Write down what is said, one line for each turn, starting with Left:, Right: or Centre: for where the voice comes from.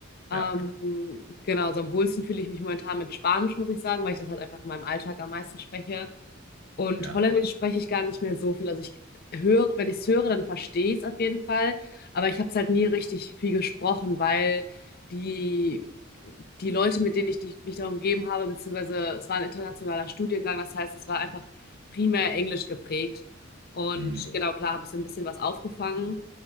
Left: Ähm,
Right: Ja.
Left: genau, so am wohlsten fühle ich mich momentan mit Spanisch, muss ich sagen, weil ich das halt einfach in meinem Alltag am meisten spreche. Und
Right: ja,
Left: Holländisch spreche ich gar nicht mehr so viel. Also ich höre, wenn ich es höre, dann verstehe ich es auf jeden Fall. Aber ich habe es halt nie richtig viel gesprochen, weil die, die Leute, mit denen ich dich- mich da umgeben habe, beziehungsweise es war ein internationaler Studiengang, das heißt, es war einfach primär Englisch geprägt. Und
Right: hm,
Left: genau, klar, habe ich so ein bisschen was aufgefangen.